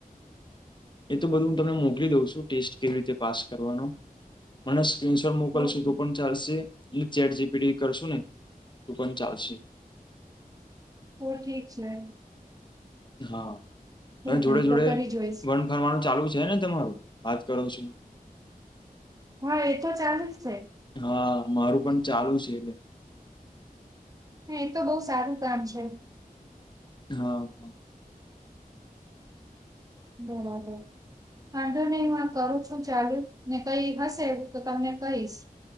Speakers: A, on the left; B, on the right.
A: એ તો બધું હું મોકલી દઉં છું ટેસ્ટ કેવી પાસ કરવાનો મને સ્ક્રીન શોટ મોકલો
B: ઓકે
A: લ તો પણ ચાલશે અને ચેટ જીપીટી કરશું ને તો પણ ચાલશે.
B: ઓ ઠીક છે મેમ.
A: હા જોડે
B: નહીં
A: જોડે
B: તો કરી જોઈશ
A: વન ફરવાનું ચાલુ છે ને તમારું વાત કરો છો.
B: હા એ તો ચાલુ જ છે.
A: હા મારું પણ ચાલુ છે એટલે.
B: હ એ તો બહુ સારું કામ છે.
A: હા હા.
B: બરાબર. વાંધો નહી હું આ કરું છું ચાલુ ને કઈ હશે એવું તો તમને કહીશ.